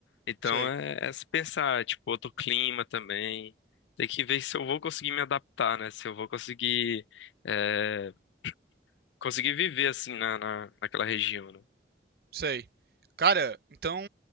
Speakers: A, on the left; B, on the right.
A: Então
B: Sei,
A: é, é se pensar, tipo, outro clima também. Tem que ver se eu vou conseguir me adaptar, né? Se eu vou conseguir, é, conseguir viver assim na, na, naquela região, né?
B: sei. Cara, então,